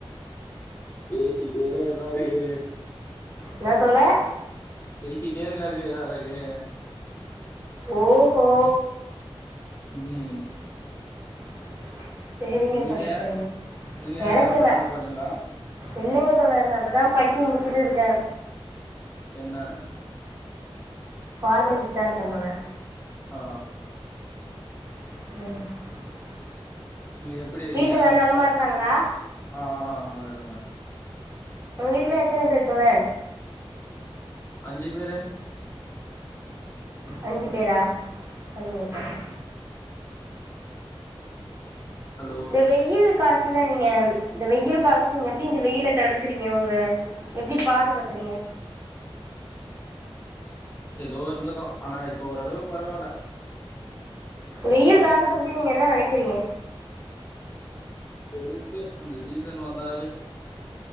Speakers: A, on the left; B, on the right.
A: பேசிட்டேதே எல்லா இருக்கு
B: என்னா தோழர்
A: பேசிட்டே இருக்காருக்குருக்கு
B: ஓகோ
A: உம்
B: <inaudible>
A: நீங்க
B: தோழர் சரிங்க
A: நீங்க எங்க
B: எனக்கு
A: ஜாப்
B: இல்ல
A: எங்கனா போறீங்ளா
B: இல்லைங்க தோழர் நா இப்பதா படிச்சு முடிச்சுட்டு இருக்கே
A: என்னா
B: பார்மசிஸ்ட்டா தா இருக்கே தோழர்
A: ஆ
B: <inaudible>
A: நீங்க எப்டி இருக்கீங்க
B: வீட்ல எல்லா நலமா இருக்காங்களா
A: ஆ ஆ நல்லருக்க
B: உங்க வீட்ல எத்தன பேரு தோழர்
A: அஞ்சு பேரு
B: அஞ்சு பேரா சரிங்க தோழர்
A: ஹலோ
B: இந்த வெயில் கால காலத்துல நீங்க இந்த வெயில் காலத்துல நீங்க எப்டி இந்த வெயில தடுக்குறீங்க உங்கள எப்டி பாதுகாக்குறீங்க
A: ஏதோ இருந்துட்டோ ஆனா இப்ப ஓரளவு பரவால
B: வெயில் தாகத்த பத்தி நீங்க என்ன நெனைக்கிறீங்க
A: வெருப்பு அந்த சீசன் வந்தாவே